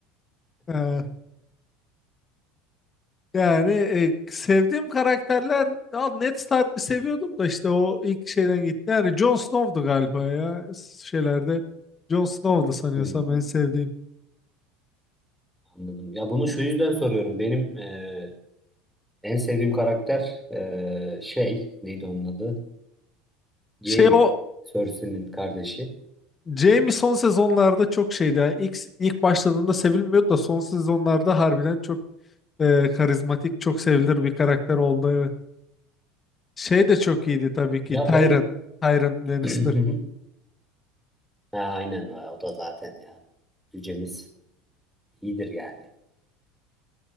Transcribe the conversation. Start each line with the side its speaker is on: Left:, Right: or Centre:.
Left: e, Yani e, sevdiğim karakterler al Ned Stark'ı seviyordum da işte o ilk şeyden gitti. Yani Jon Snow'du galiba ya şeylerde. Jon Snow'du sanıyorsam
Centre: Hmm,
Left: en sevdiğim.
Centre: anladım. Ya bunu şu yüzden soruyorum. Benim e, En sevdiğim karakter eee, şey neydi onun adı? Jaime.
Left: Şey o
Centre: Cersei'nin kardeşi.
Left: Jaime son sezonlarda çok şeydi. Yani ilk, ilk başladığında sevilmiyordu da son sezonlarda harbiden çok e, karizmatik, çok sevilir bir karakter oldu evet. Şey de çok iyiydi tabii ki
Centre: Ya
Left: Tyrion.
Centre: ben
Left: Tyrion Lannister.
Centre: <clears throat> ha, aynen e, o da zaten ya. Cücemiz iyidir yani.